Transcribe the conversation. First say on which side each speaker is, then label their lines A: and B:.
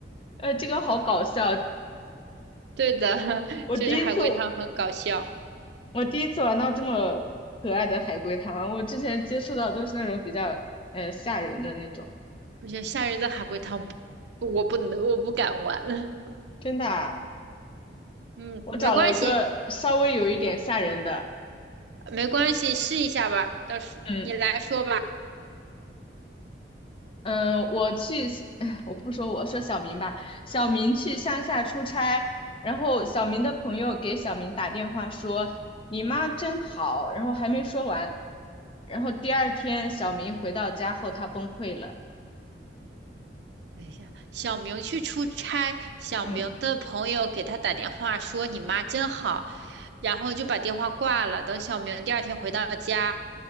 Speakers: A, on the left (about 30°); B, on the right (about 70°).
A: 呃，这个好搞笑，
B: 对的，<laughs>
A: 我第一次
B: 就是海龟汤很搞笑，
A: 我第一次玩到这么可爱的海龟汤，我之前接触到都是那种比较呃吓人的那种，
B: 我觉得吓人的海龟汤不我不能，我不敢玩。<laughs>
A: 真的啊
B: 嗯，
A: 我找了一个稍微有一点吓人的，
B: 没关系，没关系，试一下吧。到时你来说吧。
A: 嗯。嗯，我去，哎，我不说我，说小明吧。小明去乡下出差，然后小明的朋友给小明打电话说：“你妈真好。”然后还没说完，然后第二天小明回到家后，他崩溃了。
B: 等一下，小明去出差，小明的朋友给他打电话说你妈真好，
A: 嗯，
B: 然后就把电话挂了。等小明第二天回到家，